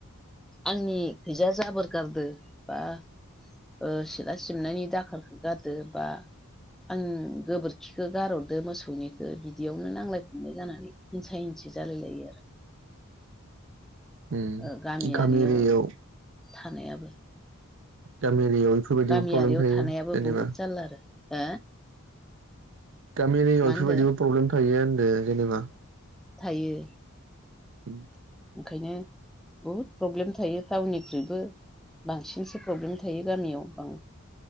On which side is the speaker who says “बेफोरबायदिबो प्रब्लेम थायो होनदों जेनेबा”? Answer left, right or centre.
Right